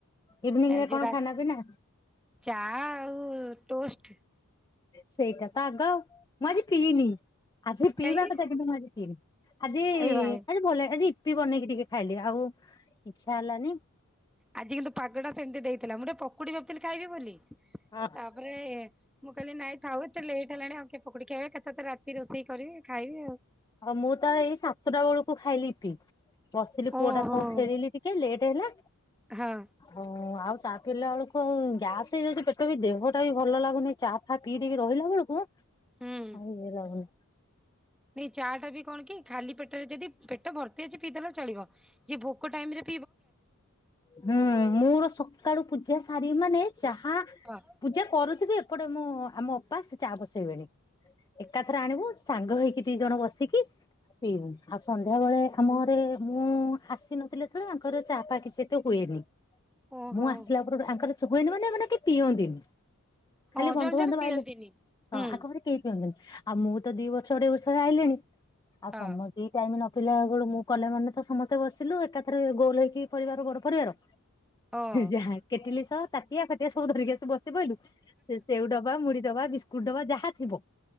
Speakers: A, on the left; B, in the centre.
A: ଇଭିନିଂ
B: ଏ
A: ରେ
B: ଯୋ
A: କଣ ଖାନା ପିନା
B: ଚା ଆଉ ଟୋଷ୍ଟ,
A: ସେଇଟା ତ ଆଗ ଆଉ, ମୁଁ ଆଜି ପିଇନି ଆଜି ସେ ପିଇବା
B: କାହିଁକି
A: କଥା କିନ୍ତୁ ମୁଁ ଆଜି ପିଇନି। ଆଜି
B: ଏ ଭାଇ
A: ଆଜି ଭଲ ଆଜି, ିଇପି ବନେଇକି ଟିକେ ଖାଇଲି ଆଉ ଇଚ୍ଛା ହେଲାନି
B: ଆଜି କିନ୍ତୁ ପାଗଟା ସେମିତି ଦେଇଥିଲା ମୁଁ ଟିକେ ପ ପକୁଡ଼ି ଭାବୁଥିଲି ଖାଇବି ବୋଲି
A: ଆଉ
B: ତାପରେ ମୁଁ କହିଲି ନାଇଁ ଥାଉ ଏତେ ଲେଟ୍ ହେଲାଣି ଆଉ ପୋଡି ଖାଇବା କଥା ତ ରାତି ରୋଷେଇ କରିବେ ଖାଇବି ଆଉ
A: ହଉ ମୁଁ ତ ଏଇ ସାତଟା ବେଳକୁ ଖାଇଲି ଇପି ବସିଲି
B: ଓହୋ
A: ପୁଅଟା ସବୁ ଖେଳିଲି ଟିକେ ଲେଟ ହେଲା
B: ହଁ
A: ହଁ ଆଉ ଚା ପିଇଲା ବେଳକୁ ଆଉ ଗ୍ୟାସ୍ ହେଇଯାଉଛି ପେଟ ବି ଦେହଟା ବି ଭଲ ଲାଗୁନି ଚା ଫା ପଇ ଦେଇକି ରହିଲା ବେଳକୁ-
B: ହୁଁ
A: ଆଉ ଇଏ ଲାଗୁନି
B: ଚାଟା ବି, କଣ କି ଖାଲି ପେଟରେ ଯଦି ପେଟ ଭର୍ତ୍ତି ଅଛି ପି ଦେଲେ ଚଳିବ ଯିଏ ଭୋକ ଟାଇମରେ
A: ହୁଁ ମୋର ସକାଳୁ ପୂଜା- ଶାରି ମାନେ- ଚାହା
B: ହଁ
A: ପୂଜା କରୁଥିବି ସେପଟେ ମୁଁ ଆମ ଅପା ସେ ଚା ବସେଇବଣି- ଏକାଥରେ ଆଣିବୁ ସାଙ୍ଗ ହେଇଛିି- ଦି ଜଣ ବସିକି ପିଇବୁ ଆଉ ସନ୍ଧ୍ୟାବେଳେ ଆମ ଘରେ ମୁଁ ଆସି ନଥିଲି ଥରେ ର ଚାପା କିଛି ଏତେ ହୁଏନି-
B: ଓହୋ
A: ମୁଁ ଆସିଲା ପରଠୁ ଆଙ୍କର- - ହୁଏନି ମାନେ ମାନେ କି ପିଅନ୍ତିନି-
B: ହଁ
A: ଖାଲି ବନ୍ଧୁବାନ୍ଧବ
B: ଜଣେ ଜଣେ ପିଅନ୍ତିନି
A: ଆଇଲେ ହଁ
B: ହୁଁ
A: ଆଖପଖରେ କେହି ପିଅନ୍ତିନି- ଆଉ ମୁଁ ତ ଦି ବର୍ଷ ଅଢେଇ ବର୍ଷରେ ଆଇଲିଣି ଆଉ
B: ହଁ
A: ସମୟ କି ଟାଇମ ନ- ପିଲା ବେଳୁ ମୁଁ କଲେ ମାନେ ତ ସମସ୍ତେ ବସିଲୁ ଏକାଥରେ- ଗୋଲ ହେଇକି ପରିବାର ବଡ ପରିବାର-
B: ହଁ
A: ଯାହା କେଟିଲ- ତ ଚାଟିଆ ଫାଟିଆ ସବୁ ଧରିକିସ ବସ- ସେ ବହିଲୁ ସେ ସେଉ ଡବା ମୁଡି ଡବା- କଡବା ଯାହା ଥିବ-